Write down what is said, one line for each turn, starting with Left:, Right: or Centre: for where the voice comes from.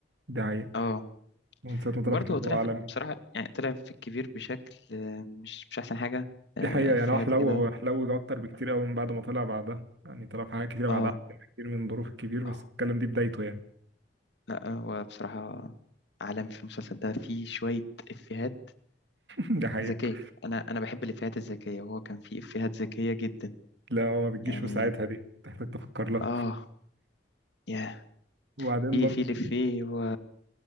Right: ده حقيقة
Left: اه
Right: من ساعة ما طلع
Left: برضه
Right: في الكبير
Left: هو طلع
Right: هو عالمي
Left: في... بصراحة يعني طلع في الكبير بشكل آه، مش مش أحسن حاجة
Right: دي
Left: آه،
Right: حقيقة
Left: إفيهات
Right: يعني هو حلو
Left: كده
Right: حلو أكتر بكتير أوي من بعد ما طلع بعدها يعني طلع في حاجات كتيرة بعدها
Left: اه
Right: أحسن بكتير من ظروف الكبير بس
Left: اه
Right: الكلام دي بدايته يعني
Left: لا هو بصراحة عالم في المسلسل ده فيه شوية إفيهات
Right: <laughs> دي حقيقة
Left: ذكية أنا أنا بحب الإفيهات الذكية وهو كان فيه إفيهات ذكية جدا
Right: لا هو ما بتجيش
Left: يعني
Right: في ساعتها دي تحتاج تفكر لها
Left: اه يا
Right: وبعدين
Left: في
Right: برضه
Left: في الإفيه هو